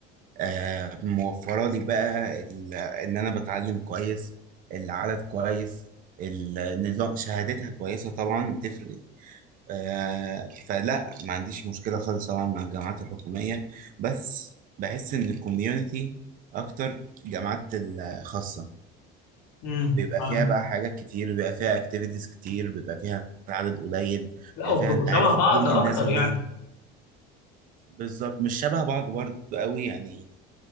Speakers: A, on the right (about 45°); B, on the left (about 80°).
A: آه، موفره لي بقى ال- ان انا بتعلم كويس العدد كويس النظام شهادتها كويسه طبعا بتفرق آه، فلا ما عنديش مشكله خالص طبعا مع الجامعات الحكوميه بس بحس ان الكوميونتي اكتر جامعات الخاصه
B: امم
A: بيبقى فيها بقى حاجات كتير بيبقى فيها اكتيفيتيز كتير بيبقى فيها عدد قليل
B: لا
A: بيبقى
B: وبتبقوا
A: فيها انت
B: شبه
A: عارف
B: بعض
A: كل
B: اكتر
A: الناس اللي
B: يعني
A: هنا بالظبط مش شبه بعض برضه قوي يعني